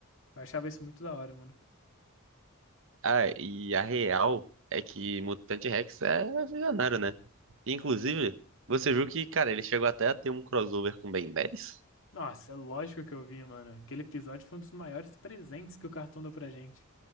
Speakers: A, on the left; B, on the right.
A: Eu achava isso muito da hora, mano.
B: Ah, e a real é que Mutante Rex é visionário, né? E, Inclusive, você viu que, cara, ele chegou até a ter um crossover com Ben 10?
A: Nossa, é lógico que eu vi, mano. Aquele episódio foi um dos maiores presentes que o cartoon deu pra gente.